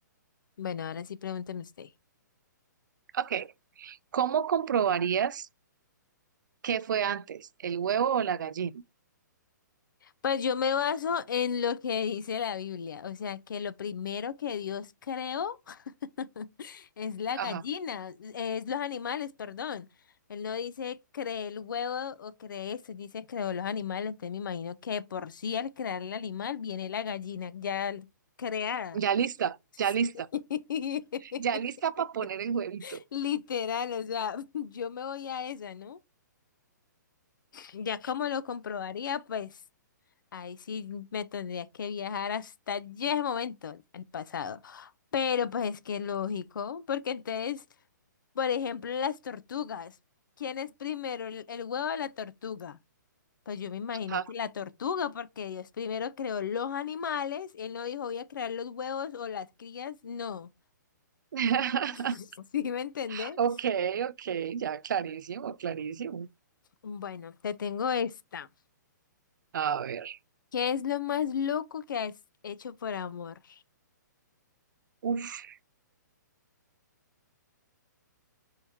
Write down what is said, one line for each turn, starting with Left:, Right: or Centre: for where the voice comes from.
Left: Bueno, ahora sí pregúntame usted.
Right: Ok, ¿cómo comprobarías qué fue antes, el huevo o la gallina?
Left: Pues yo me baso en lo que dice la Biblia, o sea, que lo primero que Dios creó <laughs> es la
Right: Ajá,
Left: gallina, es los animales, perdón. Él no dice creé el huevo o creé esto, dice creó los animales, entonces me imagino que de por sí al crear el animal viene la gallina ya creada.
Right: ya lista, ya lista,
Left: <laughs>
Right: ya lista para poner el huevito.
Left: Literal, o sea, <laughs> yo me voy a esa, ¿no? Ya como lo comprobaría, pues Ahí sí me tendría que viajar hasta allí ese momento, al pasado. Pero pues es que lógico, porque entonces, por ejemplo, las tortugas. ¿Quién es primero, el, el huevo o la tortuga? Pues yo me imagino
Right: Ajá.
Left: que la tortuga, porque Dios primero creó los animales, él no dijo voy a crear los huevos o las crías, no.
Right: <laughs>
Left: <laughs> ¿Sí me entendés?
Right: Ok, ok, ya clarísimo, clarísimo.
Left: Bueno, te tengo esta.
Right: A ver,
Left: ¿Qué es lo más loco que has hecho por amor?
Right: uff.